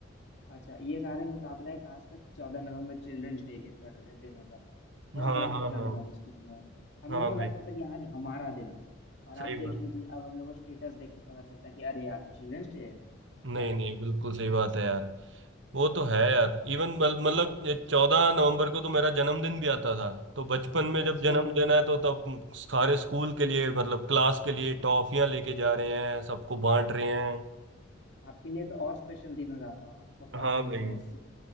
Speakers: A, on the left (about 60°); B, on the right (about 65°).
A: अच्छा ये सारे मुकाबले खासकर चौदह नवंबर चिल्ड्रंस डे के तर, दिन होता था बहुत
B: हाँ
A: बड़ा फंक्शन
B: हाँ हाँ
A: होता था स्कूल में हम
B: हाँ
A: लोग को
B: भाई
A: लगता था कि आज हमारा दिन है और
B: सही
A: आप देख
B: बात
A: लीजिए
B: है।
A: अब हम लोग को स्टेटस देख के पता चलता है कि अरे आज तो चिल्ड्रंस डे है क्या
B: नहीं नहीं बिल्कुल सही बात है यार वो तो है यार इवन मतलब चौदह नवंबर को तो मेरा जन्मदिन भी आता था तो बचपन
A: अच्छा
B: में जब जन्म देना है तो तब सारे स्कूल के लिए मतलब क्लास के लिए टॉफियां लेके जा रहे हैं सबको बांट रहे
A: हाँ
B: हैं
A: आपके लिए तो और स्पेशल दिन हो जाता होगा परफॉर्मेंसेस
B: हाँ भाई